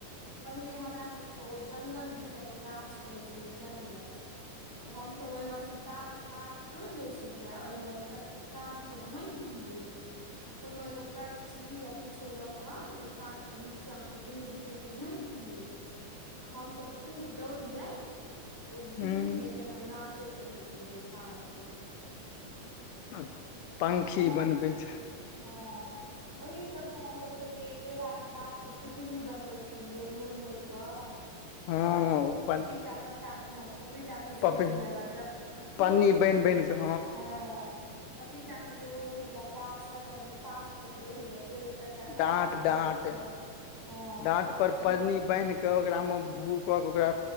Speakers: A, in the centre; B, on the left.
A: आ पहिले हमरा सबके ओ जंगल दिस ओ गाछ रहैत छलैय जनमल तऽ हमस ओहि में से ताार के पात तोड़ ले छलियै ओहिमे काट कऽ भोक दिय आ कोनो एगो करची या किछो लऽ के ओहि काट के नीचा सऽ तऽ दुनू दिसनसँ भोकि दियै आ हमसभ खूब दौड़ियै ओ घिरनी
B: हूं
A: जेना नाचैत रहै छलै ओ पात
B: आ पंखी
A: ओएह
B: बनबै छै
A: हँ ओहिी सबसँ हमसभ खेलियै केराकऽ पात कऽ पिपही बनबे छलियै मुड़ि मुड़ कऽ
B: हँ
A: तखन
B: ओ पन
A: पपीता पत्ता कऽ हम पपीता कऽ जे
B: पपे
A: होयऽ अथी
B: पन्नी बान्हि बान्हि कऽ
A: हँ पपीता के जे ओ होइया गाछ तकर जे पात के जे रहैया जड़ि तकरा काटििकऽ
B: डाँट
A: ब्लेडसँ
B: डाँट
A: हँ
B: डाँट पर
A: ओहिमऽ
B: पन्नी बान्हि कऽ ओकरामे भूर कऽ कऽ ओकरा